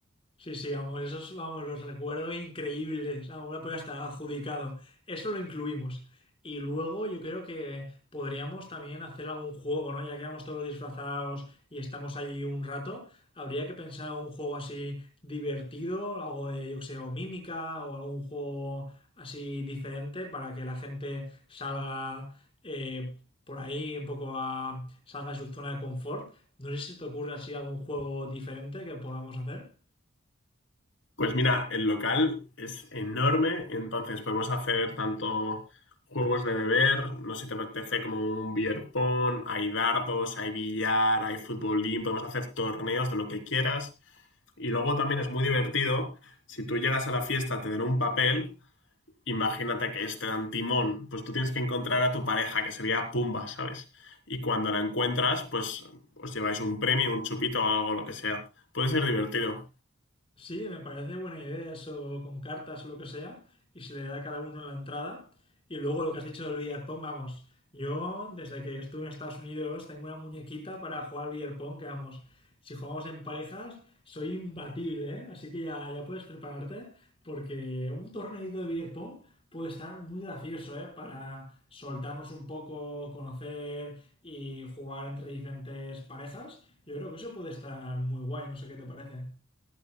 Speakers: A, on the left; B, on the left.
A: Sí, sí, vamos, esos, vamos, los recuerdo increíbles. Ahora pues hasta adjudicado. Eso lo incluimos. Y luego yo creo que podríamos también hacer algún juego, ¿no? Ya que vamos todos disfrazados y estamos allí un rato, habría que pensar un juego así divertido, algo de, yo qué sé, o mímica, o algún juego así diferente para que la gente salga eh, por ahí un poco a, salga de su zona de confort. No sé si se te ocurre así algún juego diferente que podamos hacer.
B: Pues mira, el local es enorme, entonces podemos hacer tanto juegos de beber, no sé si te apetece, como un beer pong, hay dardos, hay billar, hay futbolín, podemos hacer torneos de lo que quieras. Y luego también es muy divertido, si tú llegas a la fiesta, te dan un papel, imagínate que este dan timón, pues tú tienes que encontrar a tu pareja, que sería Pumba, ¿sabes? Y cuando la encuentras, pues os lleváis un premio, un chupito o algo, lo que sea. Puede ser divertido.
A: Sí, me parece buena idea eso con cartas o lo que sea, y se le da a cada uno en la entrada. Y luego lo que has dicho del billar pong, vamos. Yo, desde que estuve en Estados Unidos, tengo una muñequita para jugar al beer pong, que vamos, si jugamos en parejas, soy imbatible, ¿eh? Así que ya, ya puedes prepararte, porque un torneito de billar pong puede estar muy gracioso, ¿eh? Para soltarnos un poco, conocer y jugar entre diferentes parejas. Yo creo que eso puede estar muy guay, no sé qué te parece.